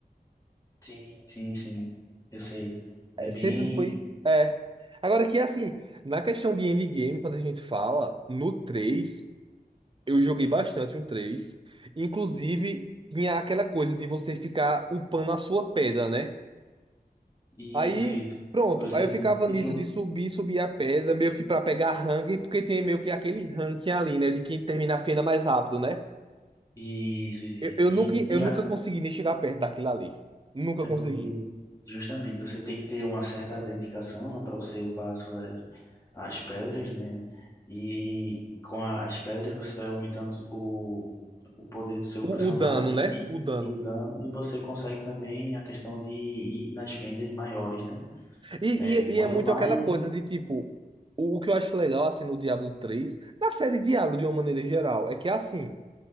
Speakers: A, on the left; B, on the right.
A: sim, sim, sim, eu sei. É bem
B: Sempre foi. É. Agora que é assim, na questão de endgame, quando a gente fala, no 3 eu joguei bastante um três Inclusive, tinha aquela coisa de você ficar upando a sua pedra, né?
A: isso,
B: Aí,
A: isso.
B: pronto.
A: Você
B: Aí eu
A: tem,
B: ficava
A: tem
B: nisso
A: que
B: de subir, subir a pedra, meio que pra pegar ranking, porque tem meio que aquele ranking ali, né? De quem termina a fenda mais rápido, né?
A: isso, Gi.
B: Eu, eu
A: e,
B: nunca,
A: e
B: eu nunca
A: a-
B: consegui nem chegar perto daquilo ali. Nunca
A: é
B: consegui.
A: porque justamente você tem que ter uma certa dedicação, né, para você upar as suas as pedras, né? E com a- as pedras você vai aumentando o, o poder do seu
B: O,
A: personagem
B: o dano, né?
A: e,
B: O dano.
A: e o dano, e você consegue também a questão de ir nas fendas maiores, né?
B: E, e,
A: É, quanto
B: e é muito
A: mais
B: aquela coisa de tipo, o, o que eu acho legal assim no Diablo três na série Diablo de uma maneira geral, é que é assim,